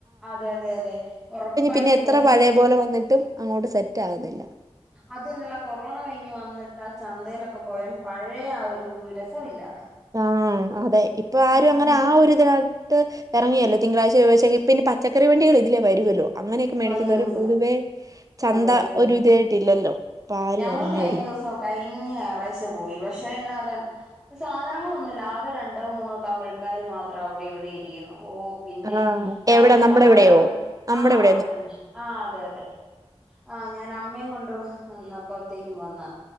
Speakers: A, in the centre; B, on the right.
A: അതെ അതെ അതെ ഒറപ്പായിട്ടും
B: പിന്നെ എത്ര
A: പോകുന്നുണ്ട്
B: പഴയ പോലെ വന്നിട്ടും അങ്ങോട്ട് സെറ്റ് ആകുന്നില്ല
A: അത്‌ തന്നല്ലല്ല കൊറോണ കഴിഞ്ഞ് വന്നിട്ട് ആ ച - ചന്തേലൊക്കെ പോയാ പഴയ ആ ഒരു രസമില്ല
B: ആഹ അതെ ഇപ്പൊ
A: ഉം
B: ആരും അങ്ങനെ ആ ഒരുതിന ഇത് എറങ്ങിയല്ലോ തിങ്കളാഴ്ച ചൊവ്വാഴ്ച ഒക്കെ കി - പിന്നെ പച്ചക്കറി വണ്ടികൾ ഇതിലേ വരുവല്ലോ അങ്ങനെയൊക്കെ മേടിക്കുന്നവര്
A: വരികയും ചെയ്യാം
B: പൊതുവേ ചന്ത
A: അതെ അതെ
B: ഒരു ഇതായിട്ടില്ലല്ലോ ഇപ്പൊ ആരും
A: ഞങ്ങൾ
B: എറങ്ങേല്ല
A: കഴിഞ്ഞ ദിവസം കഴിഞ്ഞ ഞായറാഴ്ച പോയി പക്ഷെ എന്നാ പറയാൻ പ്പം സാധനങ്ങളൊന്നുല്ല ആകെ രണ്ടോ മൂന്നോ തമിഴക്കാർ മാത്രം അവിടെ ഇവിടെ ഇരിക്കുന്നു ഓ പിന്നെ
B: ആഹ്
A: ഞങ്ങൾ
B: എവിടെ നമ്മുടെ
A: താഴെ
B: ഇവിടെയോ നമ്മുടെ
A: ആ അവിടെത്തന്നെ
B: ഇവിടെന്ന്
A: ആ അതെ അതെ ആഹ് ഞാൻ അമ്മ കൊണ്ടു വന്ന അപ്പത്തേക്കും വന്നാ